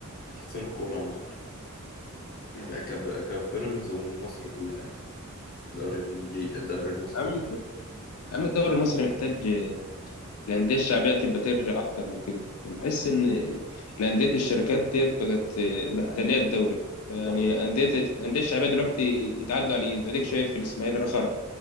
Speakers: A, on the left; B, on the left.
A: يحسنوا الكوره عامه م- كب كبيراميدز ومصر كلها يعني الدوري الانجليزي الدوري المصري
B: عم
A: يعني
B: يا عم الدوري المصري محتاج آه، الأندية الشعبية تبقى ترجع أكتر من كده أنا بحس إن الأندية الشركات ديت بقت آه، محتلية الدوري يعني
A: صح
B: أندية الأندية الشعبية دلوقتي يتعدوا على الإيد وأديك شايف الإسماعيلي رخر